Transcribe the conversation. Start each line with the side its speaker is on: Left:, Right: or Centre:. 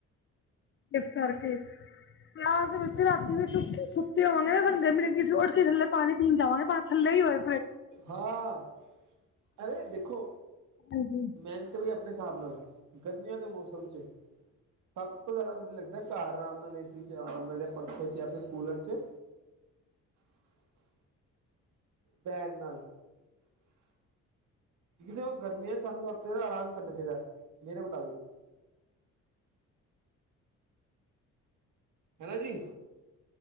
Left: ਇਸ ਕਰਕੇ। ਪਿਆਸ ਲੱਗੀ ਹੋਵੇ, ਤੇ ਰਾਤੀ ਵੀ ਸੁੱਤੇ ਹੋਵਾਂਗੇ ਨਾ। ਗਰਮੀ ਵੀ ਲੱਗੀ, ਉੱਠ ਕੇ ਥੱਲੇ ਪਾਣੀ ਪੀਣ ਜਾਵਾਂਗੇ। ਪਾਣੀ ਥੱਲੇ ਹੀ ਹੋਵੇ।
Right: ਹਾਂ ਅਰੇ, ਦੇਖੋ
Left: ਹਾਂਜੀ
Right: ਮਿਹਨਤ, ਵੀ ਆਪਣੇ ਹਿਸਾਬ ਨਾਲ। ਗਰਮੀਆਂ ਦੇ, ਮੌਸਮ ਚ ਸਭ ਤੋਂ ਜ਼ਿਆਦਾ, ਵਧੀਆ ਲੱਗਦਾ ਘਰ ਆਰਾਮ ਨਾਲ। ਏ ਸੀ, ਚ, ਆਮ ਪੱਖੇ ਚ, ਜਾਂ ਫੇਰ ਕੂਲਰ ਚ। ਬੈਡ ਨਾਲ। ਕਿਉਂਕਿ ਉਹ ਗਰਮੀਆਂ ਚ, ਸਾਨੂੰ ਸਭ ਤੋਂ ਜਿਆਦਾ ਆਰਾਮ, ਕਰਨਾ ਚਾਹੀਦਾ। ਮੇਰੇ ਮੁਤਾਬਿਕ। ਹਨਾ ਜੀ,